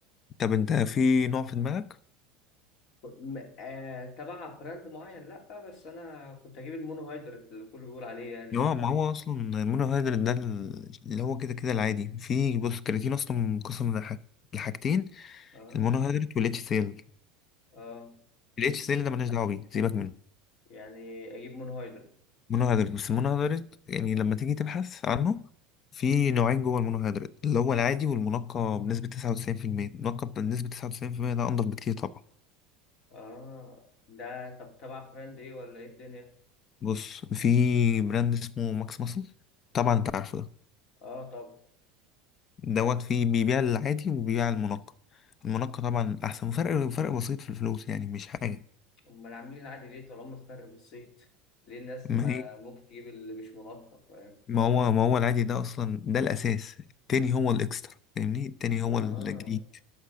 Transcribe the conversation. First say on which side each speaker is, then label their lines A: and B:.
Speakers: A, on the left (about 40°); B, on the left (about 55°).
A: طب انت في نوع في دماغك؟
B: م- آه، تبع براند معين لأ بس أنا كنت أجيب المونو هيدرات اللي الكل بيقول عليه يعني
A: اه
B: ف...
A: ما هو اصلا المونوهيدرات ده اللي هو كده كده العادي في بص الكرياتين اصلا منقسم لحاج- لحاجتين
B: أه
A: المونوهيدرات والاتش سيل
B: أه
A: الاتش سيل ده ملناش دعوة بيه سيبك منه
B: يعني أجيب مونو هيدرات
A: مونوهيدرات بس المونوهيدرات يعني لما تيجي تبحث عنه في نوعين جوه المونوهيدرات اللي هو العادي والمنقى بنسبة 99% المنقى بنسبة 99% ده أنضف بكتير طبعا
B: أه ده طب تبع براند إيه ولا إيه الدنيا؟
A: بص في براند اسمه ماكس ماسل طبعا أنت عارفه ده
B: أه
A: دوت فيه بيبيع العادي وبيبيع المنقى المنقى طبعا أحسن وفرق فرق بسيط في الفلوس يعني مش حاجة
B: أمال عاملين العادي ليه طالما الفرق بسيط؟ ليه الناس
A: ما
B: ما
A: هي
B: ممكن تجيب اللي مش منقط فاهم؟
A: ما هو ما هو العادي ده أصلا ده الأساس التاني هو الإكسترا فاهمني التاني هو
B: آه
A: الجديد